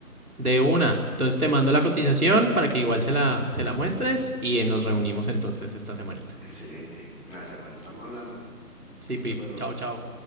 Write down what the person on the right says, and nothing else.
De una. Entonces te mando la cotización para que igual se la, se la muestres y nos reunimos entonces esta semanita.
Sí,
Pip.
Chao, chao.